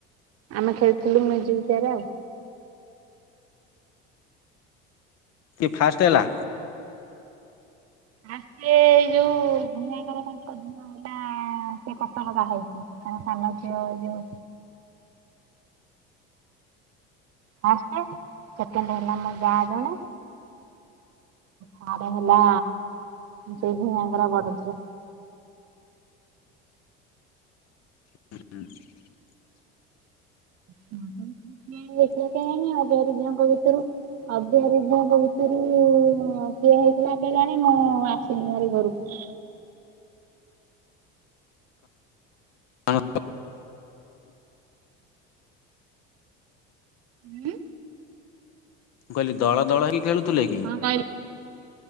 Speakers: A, on the right; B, on the left.
A: ଆମେ ଖେଳିଥିଲୁ ମ୍ୟୁଜିକ୍ ଚିଆର୍ ଆଉ।
B: କିଏ ଫାଷ୍ଟ୍ ହେଲା?
A: ଆଗେ ଏଇ ଯୋଉ ଭୂମି ଙ୍କର କଣ କରିଦେଲେ ହୁଅନ୍ତା। ହଁ ସିଏ କଟକ ବାହାହେଇଛି ତାଙ୍କ ସାନ ଝିଅ ଏଇ ଯୋଉ ଫାଷ୍ଟ୍ ସେକେଣ୍ଡ୍ ହେଲା ମୋ ଯା ଜଣେ ଥାଡ୍ ହେଲା ସେଇ ଦିହାଙ୍କର ବଡ ଝିଅ।
B: <unintelligible>
A: କିଏ ହେଇଥିବ କେଆଁଣି ଅଭିହାରି ଝିଅଙ୍କ ଭିତରୁ? ଅଭିହାରି ଝିଅ ଙ୍କ ଭିତରୁ କିଏ ହେଇଥିଲା କେଜାଣି ମୁଁ ଆସିଲି ହାରି ଘରକୁ।
B: ମୁଁ
A: ଉଁ
B: ମୁଁ କହିଲି ଦଳ ଦଳ ହେଇକି ଖେଳୁଥିଲେ କି?
A: <unintelligible>